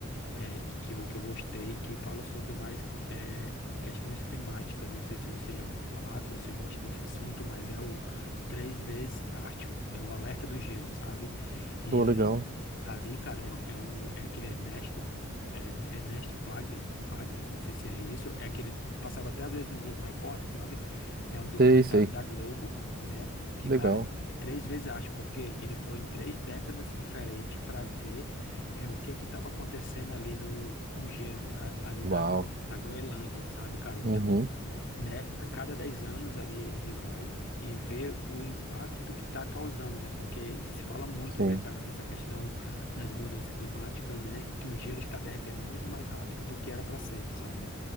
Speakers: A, on the left; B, on the right.
A: é, que eu, que eu gostei, que fala sobre mais é, questões climáticas. Não sei se você já ouviu falar, se você gosta desse assunto, mas é o Três Vezes Ártico, é o Alerta do Gelo, sabe? E
B: Pô,
A: ali,
B: legal.
A: ali, cara, é, é um, é aquele Ernesto, é, Ernesto Paglia, Paglia, não sei se é isso, é aquele que passava até às vezes no Globo Repórter, sabe? É um documentário
B: Sei, sei,
A: da Globo, né? Que,
B: que legal.
A: cara, é três vezes arte, porque ele foi em três décadas diferentes para ver é o que que estava acontecendo ali no com o gelo, né? a- Ali
B: Uau.
A: na, Gro, na Groenlândia, sabe, cara? Então,
B: Uhum,
A: né, a cada 10 anos ali ele ele vai e vê o impacto que está causando, né? Porque se fala muito,
B: sim.
A: né, cara, nessa questão das mudanças climáticas, né, que o gelo está derretendo muito mais rápido do que era para ser, sabe?